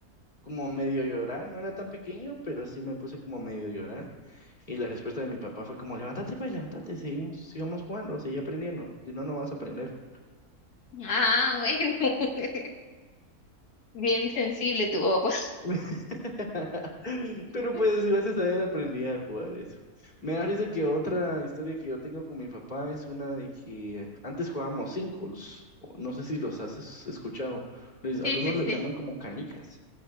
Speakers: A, on the left; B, on the left.
A: como medio a llorar, no era tan pequeño, pero sí me puse como medio a llorar. Y la respuesta de mi papá fue como, levántate, pues, levántate, seguimos, sigamos jugando, seguí aprendiendo, si no, no vas a aprender.
B: Ah, bueno. <laughs> Bien sensible tu papá.
A: <laughs> Pero
B: <laughs>
A: pues gracias a él aprendí a jugar eso. Me da risa que otra historia que yo tengo con mi papá es una de que antes jugábamos cinco, los- no sé si los has es- escuchado, les- algunos
B: Sí, sí, sí.
A: le llaman como canicas.